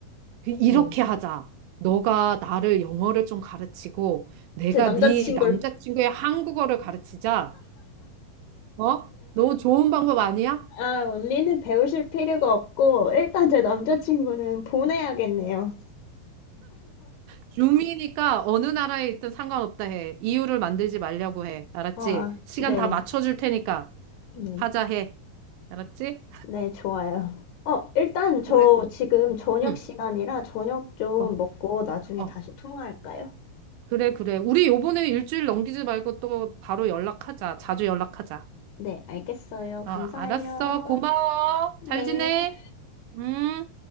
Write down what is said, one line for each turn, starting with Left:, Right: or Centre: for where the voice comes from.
Right: 그- 이렇게
Left: 네.
Right: 하자. 너가 나를 영어를 좀 가르치고 내가
Left: 제 남자친구를.
Right: 네 남자친구의 한국어를 가르치자. 어? 너무 좋은 방법 아니야?
Left: 아, 언니는 배우실 필요가 없고, 일단 제 남자친구는 보내야겠네요.
Right: 줌이니까 어느 나라에 있든 상관없다 해. 이유를 만들지 말려고 해. 알았지?
Left: 아,
Right: 시간
Left: 네.
Right: 다 맞춰줄 테니까
Left: 네.
Right: 하자 해. 알았지?
Left: 네, 좋아요. 어, 일단 저
Right: 그래, 그래.
Left: 지금 저녁
Right: 응.
Left: 시간이라 저녁 좀
Right: 어,
Left: 먹고 나중에
Right: 어.
Left: 다시 통화할까요?
Right: 그래, 그래. 우리 요번에 일주일 넘기지 말고 또 바로 연락하자. 자주 연락하자.
Left: 네, 알겠어요.
Right: 어,
Left: 감사해요.
Right: 알았어. 고마워.
Left: 네.
Right: 잘 지내. 음.